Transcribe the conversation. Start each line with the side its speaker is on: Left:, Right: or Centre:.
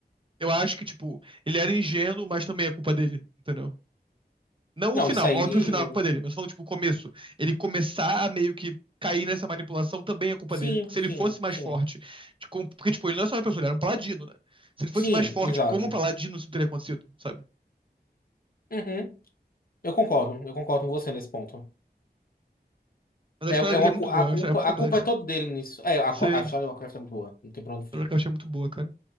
Right: eu acho que, tipo, ele era ingênuo, mas também é culpa dele, entendeu? Não
Left: Não,
Right: o final,
Left: isso aí.
Right: óbvio, o final é culpa dele, mas falando, tipo, o começo. Ele começar a meio que cair nessa manipulação também é culpa
Left: Sim,
Right: dele. Porque se
Left: sim,
Right: ele fosse mais
Left: sim.
Right: forte, de como- porque, tipo, ele não é só uma pessoa, ele era um paladino, né? Se ele fosse
Left: Sim,
Right: mais forte
Left: exato.
Right: como um paladino, isso não teria acontecido, sabe?
Left: Uhum. Eu concordo, eu concordo com você nesse ponto.
Right: Mas
Left: É,
Right: a história
Left: é
Right: dele
Left: uma,
Right: é muito
Left: cu- a
Right: boa,
Left: culpa,
Right: é uma história muito
Left: a
Right: complexa.
Left: culpa é toda dele nisso. É, a,
Right: Sei,
Left: co- a
Right: a
Left: história de Lovecraft é muito boa. Não tem pra onde
Right: história
Left: fugir.
Right: que eu achei muito boa, cara.